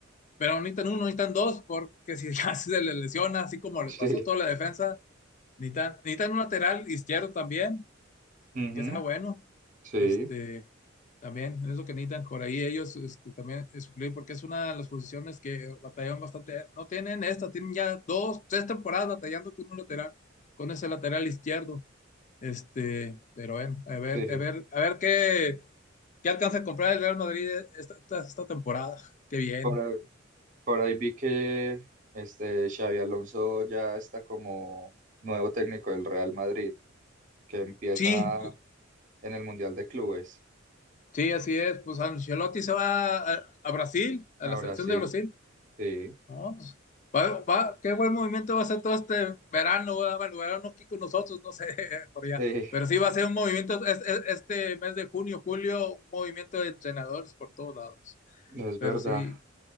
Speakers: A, on the left; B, on the right.
A: Pero no necesitan uno, necesitan dos, porque <laughs> si ya se le lesiona, así como le
B: <laughs>
A: pasó
B: Sí,
A: toda la defensa, necesitan, necesitan un lateral izquierdo también,
B: ujú,
A: que sea bueno.
B: Sí,
A: Este, también es lo que necesitan por ahí ellos este, también eh, suplir, porque es una de las posiciones que batallaron bastante. No tienen esta, tienen ya dos, tres temporadas batallando con un lateral, con ese lateral izquierdo. Este, pero bueno, a ver,
B: sí.
A: a ver, a ver qué ¿Qué alcanza a comprar el Real Madrid esta, esta- esta temporada? Qué bien.
B: Por, ahí por ahí vi que este Xavi Alonso ya está como nuevo técnico del Real Madrid. que empieza
A: Sí,
B: en el Mundial de Clubes
A: sí, así es. Pues Ancelotti se va a, a Brasil, a
B: a
A: la selección
B: Brasil.
A: de Brasil.
B: Sí,
A: No, pues, va, va- qué buen movimiento va a ser todo este verano. ¿verdad? Bueno, verano aquí con nosotros, no sé, <laughs> por allá.
B: <laughs> sí,
A: Pero sí va a ser un movimiento es- es- este mes de junio, julio, un movimiento de entrenadores por todos lados.
B: es
A: Pero
B: verdad.
A: sí.